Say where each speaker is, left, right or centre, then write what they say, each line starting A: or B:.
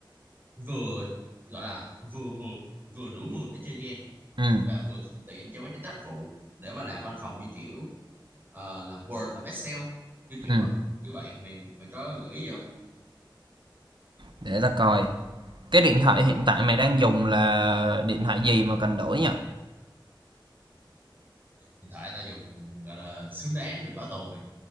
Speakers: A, on the right; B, on the right.
A: vừa gọi là vừa mượt vừa đủ mượt để chơi game
B: ừ
A: và vừa thuận tiện cho mấy cái tác vụ để mà làm văn phòng như kiểu ờ, làm Word làm Excel như kiểu
B: ừm,
A: á như vậy mày mày có gợi ý gì không
B: để ta coi. Cái điện thoại hiện tại mày đang dùng là điện thoại gì mà cần đổi nhỉ?
A: hiện tại tao dùng gọi là xứng đáng được bảo tồn mày